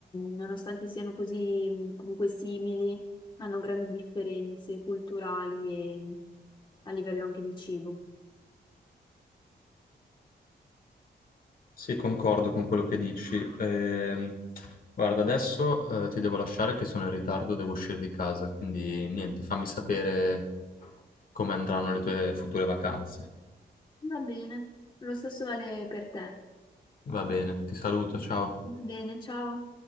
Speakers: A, on the left; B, on the left.
A: nonostante siano così mh, comunque simili, hanno grandi differenze culturali e mh, a livello anche di cibo.
B: Sì, concordo con quello che dici. Ehm, guarda, adesso eh, ti devo lasciare che sono in ritardo, devo uscire di casa, quindi niente, fammi sapere come andranno le tue future vacanze.
A: Va bene, lo stesso vale per te.
B: Va bene, ti saluto, ciao.
A: Va bene, ciao.